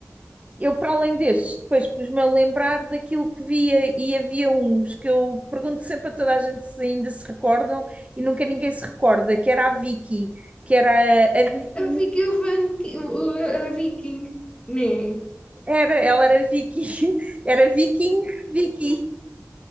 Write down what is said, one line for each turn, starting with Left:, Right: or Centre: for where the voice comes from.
Right: Eu, para além destes, depois pus-me a lembrar daquilo que via e havia uns que eu pergunto sempre a toda a gente se ainda se recordam e nunca ninguém se recorda, que era a Vicky, que era a Viking,
Left: A Vicky, o Van- o- a Viking, né?
Right: era, ela era Vicky, <laughs> era Viking, Vicky.